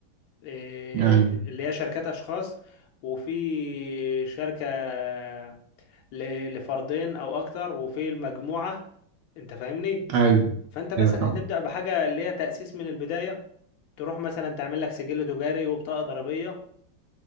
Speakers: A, on the left; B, on the right.
A: آه،
B: أيوه
A: اللي هي شركات اشخاص وفي شركة آه، ل- لفردين او اكتر وفي المجموعة انت فاهمني
B: أيوه
A: فانت مثلا
B: أيوه طبعا
A: هتبدا بحاجه اللي هي تاسيس من البدايه تروح مثلا تعمل لك سجل تجاري وبطاقه ضريبيه